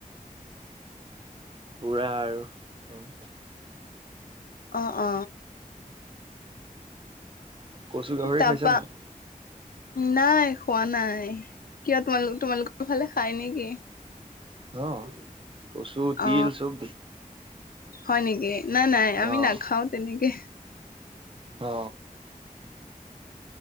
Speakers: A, on the right (about 35°); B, on the left (about 85°).
A: পুৰা আৰু উম
B: অ অ
A: কচু গাহৰি
B: তাৰপা
A: খাইছানে নাই?
B: নাই খোৱা নাই কিয় তোমালোক তোমালোকৰ ফালে খাই নেকি?
A: অ কচু তিল
B: অ
A: চব দি
B: হয় নেকি নাই নাই আমি
A: অ',
B: নাখাওঁ তেনেকে।
A: অ